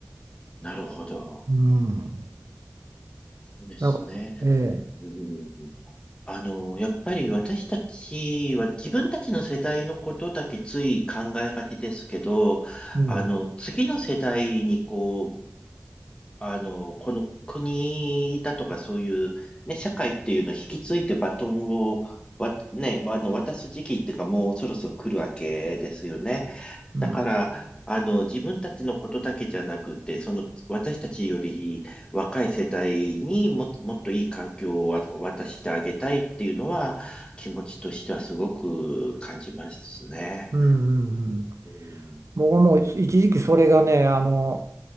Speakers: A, on the left; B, on the right.
A: なるほど。
B: うん、
A: そうですね。
B: なんかええ
A: うんうんうん。あの、やっぱり私たちは自分たちの世代のことだけつい考えがちですけど、
B: うん
A: あの、次の世代にこう、あの、この国だとかそういう、ね、社会っていうのを引き継いでバトンを、わ、ね、あの、渡す時期っていうかもうそろそろ来るわけですよね。
B: うん
A: だから、あの、自分たちのことだけじゃなくて、その、私たちより若い世代にもっと、もっといい環境をわ渡してあげたいっていうのは、気持ちとしてはすごく感じますね。
B: うんうんうん
A: うん、
B: 僕はもう一時期それがねあの